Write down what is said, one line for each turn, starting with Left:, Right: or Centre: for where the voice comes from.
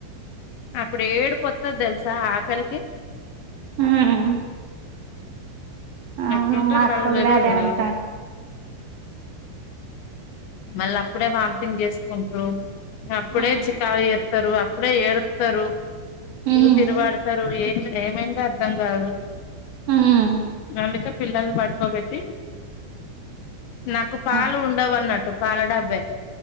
Left: అప్పుడు ఏడుపు వత్తది తెల్సా ఆకలికి
Right: హ్మ్ అవును
Left: అట్లుంటారు
Right: మా అక్క
Left: వాళ్ళు
Right: కూడ
Left: తెల్వదు
Right: అదే
Left: కదా
Right: అంట
Left: మళ్ళ అప్పుడే వాంథింగ్ చేసుకుంట్రు అప్పుడే
Right: ఉమ్
Left: చికాకూ చేత్తరు ఇప్పుడే ఏడుత్తరు
Right: ఉమ్
Left: ఊపిరి పడతరు ఏం ఏమైందో అర్థం కాదు
Right: హ్మ్
Left: అందుకె పిల్లలనీ పడుకోబెట్టి నాకు పాలు
Right: అవును.
Left: ఉండవు అన్నట్టు పాల డబ్బే